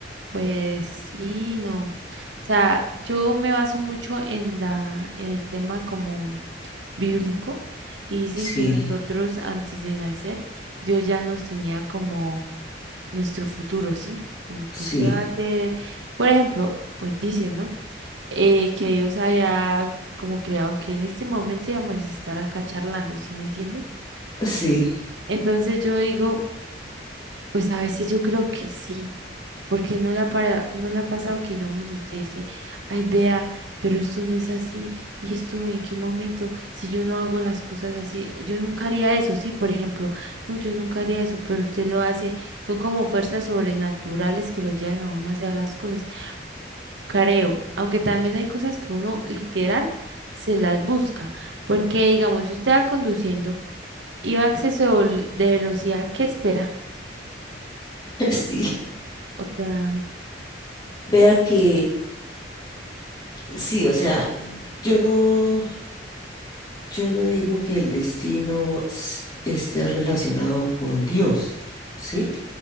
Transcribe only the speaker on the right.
Pues sí, no. O sea, yo me baso mucho en la, en el tema como bíblico y dicen
que nosotros antes de nacer, Dios ya nos tenía como nuestro futuro, ¿sí? Como que
usted va a ser, por ejemplo, pues dicen, ¿no? Eh, que Dios haya como creado que en este momento íbamos a estar acá charlando, ¿sí me entiende?
Entonces yo digo, pues a veces yo creo que sí, porque no la para, no la ha pasado que digamos usted dice, ay, vea, pero esto no es así, y esto en qué momento, si yo no hago las cosas así, yo nunca haría eso, sí, por ejemplo, no, yo nunca haría eso, pero usted lo hace, son como fuerzas sobrenaturales que lo llevan a uno a hacer las cosas, creo, aunque también hay cosas que uno literal se las busca, porque digamos, si usted va conduciendo y va a exceso de vol- de velocidad, ¿qué espera?
O sea,